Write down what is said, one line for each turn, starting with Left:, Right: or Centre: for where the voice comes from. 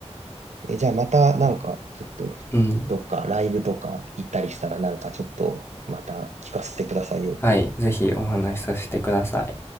Right: え、じゃあまたなんか、ちょっと、
Left: うん。
Right: どっかライブとか行ったりしたらなんかちょっと、また聞かせてくださいよ。
Left: はい。ぜひお話しさせてください。